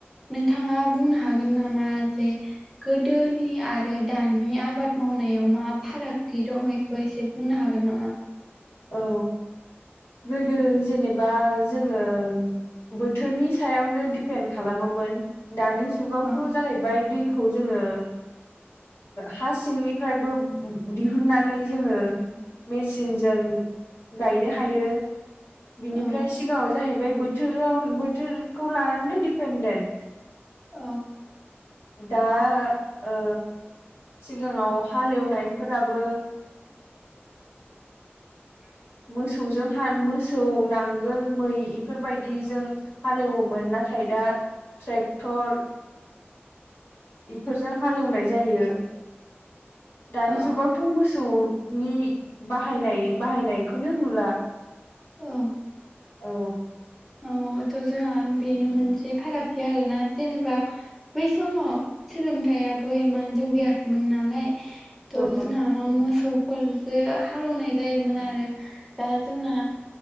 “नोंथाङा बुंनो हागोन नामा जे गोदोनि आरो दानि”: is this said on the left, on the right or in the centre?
Centre